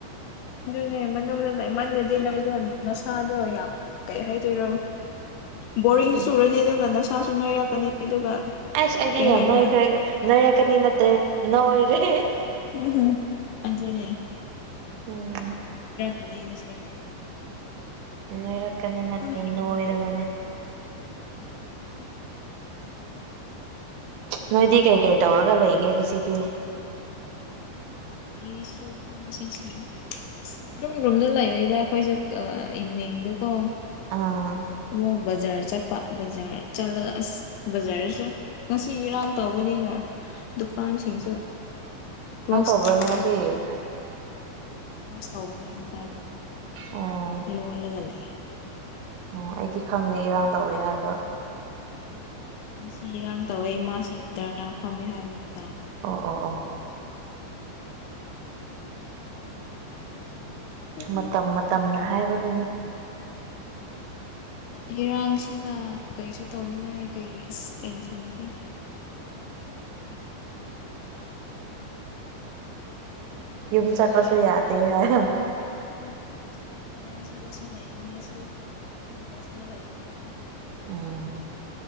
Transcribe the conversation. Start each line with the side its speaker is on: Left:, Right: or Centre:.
Left: ꯑꯗꯨꯅꯦ ꯃꯅꯨꯡꯗ ꯂꯩꯃꯜꯂꯗꯤ ꯅ ꯑꯩꯗꯣ ꯅꯁꯥꯗꯣ ꯌꯥꯝ ꯀꯩ ꯍꯥꯏꯗꯣꯏꯔꯣ ꯕꯣꯔꯤꯡ
Right: ꯎꯝ
Left: ꯆꯨꯔꯅꯤ ꯑꯗꯨꯒ ꯅꯁꯥ ꯁꯥꯁꯨ ꯅꯣꯏꯔꯛꯀꯅꯤ ꯑꯗꯨꯒ
Right: ꯑꯁ ꯑꯩꯗꯤ
Left: ꯀꯩ
Right: ꯌꯥꯝ
Left: ꯍꯥꯏꯗꯣꯏꯔꯥ
Right: ꯅꯣꯏꯈ꯭ꯔꯦ ꯅꯣꯏꯔꯛꯀꯅꯤ ꯅꯠꯇ꯭ꯔꯦ ꯅꯣꯏꯔꯦ
Left: <unintelligible> ꯑꯗꯨꯅꯦ
Right: ꯎꯝ
Left: ꯑꯅꯤꯒ ꯁꯦꯡꯕ
Right: ꯅꯣꯏꯔꯛꯀꯅꯤ ꯅꯠꯇ꯭ꯔꯦ
Left: ꯍꯤꯞꯂꯒ
Right: ꯅꯣꯏꯔꯕꯅꯦ
Left: ꯂꯩꯔꯗꯤ
Right: ꯅꯣꯏꯗꯤ ꯀꯩꯀꯩ ꯇꯧꯔꯒ ꯂꯩꯒꯦ ꯉꯁꯤꯗꯤ
Left: ꯑꯩꯁꯨ ꯉꯁꯤꯁ ꯑꯁ ꯑꯗꯨꯝ ꯔꯨꯝꯗ ꯂꯩꯕꯩꯗ ꯑꯩꯈꯣꯏꯁꯦ ꯏꯚꯅꯤꯡꯗꯀꯣ
Right: ꯑꯥ
Left: ꯑꯃꯨꯛ ꯕꯖꯥꯔ ꯆꯠ ꯕꯖꯥꯔ ꯆꯠꯂꯒ ꯑꯁ ꯕꯖꯥꯔꯗꯁꯨ ꯉꯁꯤ ꯏꯔꯥꯡ ꯇꯧꯕꯅꯤꯅ ꯗꯨꯀꯥꯟꯁꯤꯡꯖ ꯀ꯭ꯂꯣꯁ
Right: ꯇꯧ ꯕꯅꯦ
Left: ꯇꯧꯋꯦ
Right: ꯉꯁꯤ
Left: ꯀ꯭ꯂꯣꯁ ꯇꯧꯕꯅꯦ ꯉꯁꯥꯏꯗ
Right: ꯑꯣ
Left: ꯂꯣꯜꯂꯒ ꯂꯩ
Right: ꯑꯣ ꯑꯩꯗꯤ ꯈꯪꯗꯦ ꯏꯔꯥꯡ ꯇꯧꯋꯦ ꯍꯥꯏꯕ
Left: ꯉꯁꯤ ꯏꯔꯥꯡ ꯇꯧꯋꯦ ꯏꯃꯥꯁꯤꯡꯗꯔꯅ ꯐꯝꯃꯦ ꯍꯥꯏꯕꯒꯝꯇ
Right: ꯑꯣ ꯑꯣ ꯑꯣ
Left: ꯎꯝ
Right: ꯃꯇꯝ ꯃꯇꯝꯅ ꯍꯥꯏꯕꯗꯨꯅꯤ
Left: ꯏꯔꯥꯡꯁꯤꯅ ꯀꯩꯁꯨ ꯇꯧꯅꯤꯡꯉꯥꯏ ꯀꯩ ꯑꯁ ꯇꯦꯟꯁꯟꯁꯦ
Right: ꯌꯨꯝ ꯆꯠꯄꯁꯨ ꯌꯥꯗꯦ ꯍꯥꯏ
Left: ꯌꯏꯝ ꯆꯠꯄꯁꯨ ꯌꯥꯗ꯭ꯔꯦ ꯁꯤꯗꯁꯨ ꯂꯩꯅꯤꯡꯉꯥꯏꯁꯨ ꯄꯩꯁꯥ ꯂꯩꯗ꯭ꯔꯗꯤ
Right: ꯎꯝ